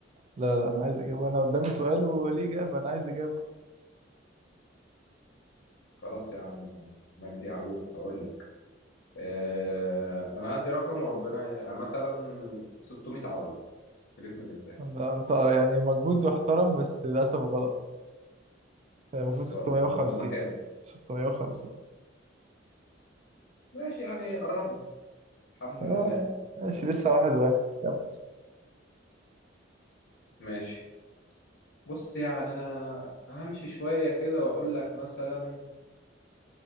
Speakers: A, on the right; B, on the left.
A: لا لا انا عايز اجابة انا قدامي سؤال وليه اجابة انا عايز اجابة
B: خلاص يا عم مجدي يعقوب هقول لك آه انا هدي رقم وربنا يعني مثلا 600 عضلة في جسم الانسان
A: أنا- انت يعني مجهود محترم بس للاسف غلط يعني المفروض
B: خسارة
A: 650
B: هم هم كام
A: 650
B: ماشي يعني قربنا الحمد
A: اه
B: لله
A: ماشي لسه واحد واحد كم
B: ماشي بص يعني انا همشي شوية كده واقول لك مثلا